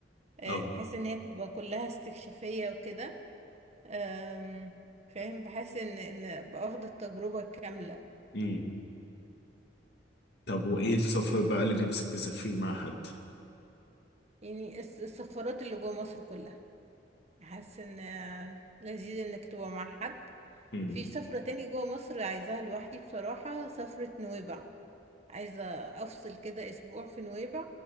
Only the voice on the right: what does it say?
آه،
بحس ان هي تبقى كلها استكشافيه وكده آم، فاهم بحس ان ان أبقى واخده التجربه الكامله
يعني الس- السفرات اللي جوه مصر كلها حاسه ان آه، لذيذ انك تبقى مع حد
في سفره تاني جوه مصر عايزاها لوحدي بصراحه سفره نويبع عايزه افصل كده اسبوع في نويبع